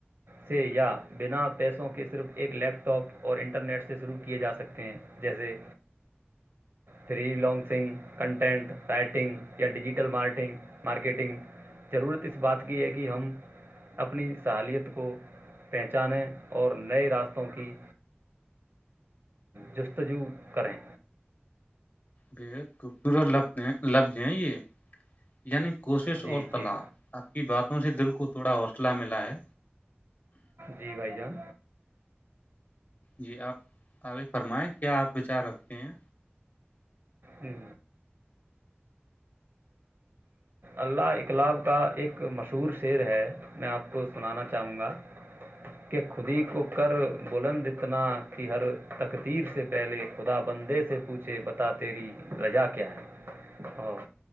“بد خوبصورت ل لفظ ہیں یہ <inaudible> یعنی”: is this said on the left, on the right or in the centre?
Left